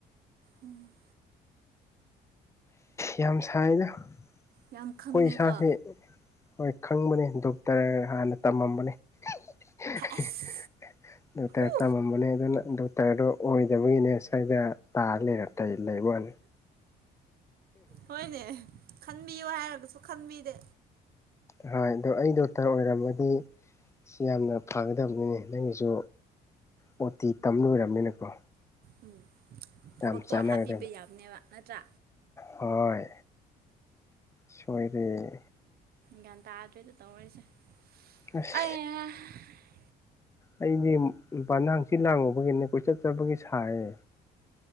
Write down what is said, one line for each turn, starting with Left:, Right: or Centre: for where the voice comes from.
Right: ꯎꯝ
Left: ꯌꯥꯝ ꯁꯥꯏꯅ ꯑꯩꯈꯣꯏ
Right: ꯌꯥꯝ ꯈꯪꯉꯦꯀꯣ
Left: ꯏꯁꯥꯥꯁꯦ ꯍꯣꯏ ꯈꯪꯕꯅꯦ ꯗꯣꯛꯇꯔ ꯍꯥꯟꯅ ꯇꯝꯃꯝꯕꯅꯦ <unintelligible>
Right: ꯑꯁ
Left: ꯗꯣꯛꯇꯔ
Right: ꯎ
Left: ꯇꯝꯃꯝꯕꯅꯦ ꯑꯗꯨꯅ ꯗꯣꯛꯇꯔꯗꯨꯣ ꯑꯣꯏꯗꯕꯒꯤꯅꯦ ꯁꯗ ꯇꯥꯔ ꯂꯩꯔ ꯇꯇꯩ ꯂꯩꯕꯅꯤ
Right: ꯍꯣꯏꯅꯦ ꯈꯟꯕꯤꯌꯨ ꯍꯥꯏꯔꯒꯁꯨ ꯈꯟꯕꯤꯗꯦ
Left: ꯍꯣꯏ ꯑꯗꯣ ꯑꯩ ꯗꯣꯛꯇꯔ ꯑꯣꯏꯔꯝꯃꯗꯤ ꯁꯤ ꯌꯥꯝꯅ ꯐꯒꯗꯕꯅꯤꯅꯦ ꯅꯪꯒꯤꯁꯨ ꯑꯣ ꯇꯤ ꯇꯝ ꯂꯣꯏꯔꯕꯅꯤꯅꯀꯣ
Right: ꯎꯝ ꯊꯕꯛꯇꯣ
Left: ꯌꯥꯝ ꯆꯥꯅ
Right: ꯍꯥꯞꯄꯤꯕ
Left: ꯑꯗꯨꯝ
Right: ꯌꯥꯕꯅꯦꯕ ꯅꯠꯇ꯭ꯔꯥ
Left: ꯍꯣꯏ ꯁꯣꯏꯔꯤ
Right: ꯒ꯭ꯌꯥꯟ ꯇꯥꯗ꯭ꯔꯦꯗꯣ ꯇꯧꯔꯤꯁꯦ <unintelligible>
Left: ꯑꯁ ꯑꯩꯗꯤ ꯅꯨꯄꯥ ꯅꯍꯪꯁꯤ ꯂꯥꯡꯉꯨꯕꯒꯤꯅꯦ ꯀꯣꯏꯆꯠ ꯆꯕꯒꯤ ꯐꯌꯦ